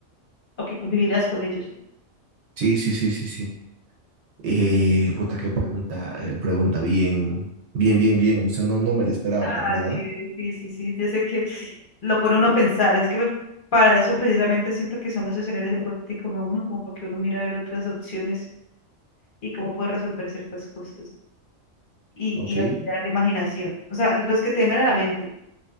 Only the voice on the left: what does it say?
o que convivieras con ellos?
Ah,
sí, sí, sí, sí, yo sé que lo pone uno a pensar, es que me- para eso precisamente siento que son los escenarios hipotéticos a uno, como para que uno mire a ver otras opciones y cómo puede resolver ciertas cosas. y,
y afinar la imaginación. O sea, los que tengan a la mente.